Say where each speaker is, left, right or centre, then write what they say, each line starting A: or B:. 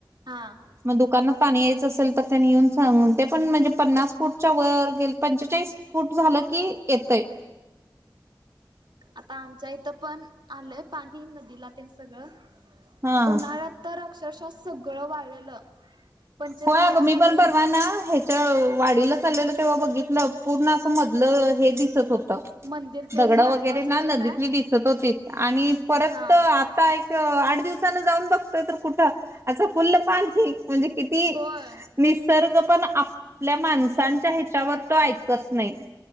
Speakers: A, on the right (about 70°); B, on the right (about 35°).
A: हां.
B: म दुकानात पाणी यायचं असल तर, त्यांनी येऊन सांगून ते पण म्हणजे पन्नास फूटच्या वर गेल, पंचेचाळीस फूट झालं की येतय.
A: आता आमच्या इथं पण आलंय, पाणी नदीला तेन सगळं
B: हा
A: उन्हाळ्यात. तर अक्षरशः सगळं वाळलेलं. पंचगंगा
B: होय अगं
A: सगळी
B: मी पण परवाना हे च वाडीला चाललेलं तेव्हा बघितलं, पूर्ण असं मधलं हे दिसत होत.
A: मंदिर ते
B: दगड
A: महादेवाची
B: वगैरे ना
A: पिंड
B: नदि
A: आहे.
B: तली दिसत होती, आणि परत
A: हा
B: आत आता एक आठ दिवसान जाऊन बघतोय, तर कुठं आं फुल्ल पाणी म्हणजे किती
A: होय
B: निसर्ग पण आपल्या माणसांच्या ह्याच्यावर तो ऐकत नाही.